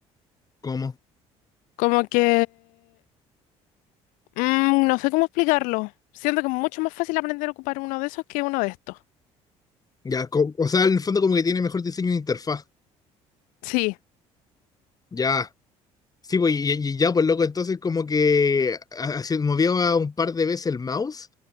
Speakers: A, on the left; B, on the left.
A: ¿Cómo?
B: Como que Mm, no sé cómo explicarlo. Siento que es mucho más fácil aprender a ocupar uno de esos que uno de estos.
A: Ya, co- o sea, en el fondo como que tiene mejor diseño de interfaz.
B: Sí,
A: Ya. Sí, pues, y, y ya, pues loco, entonces como que ha- ha- movió a un par de veces el mouse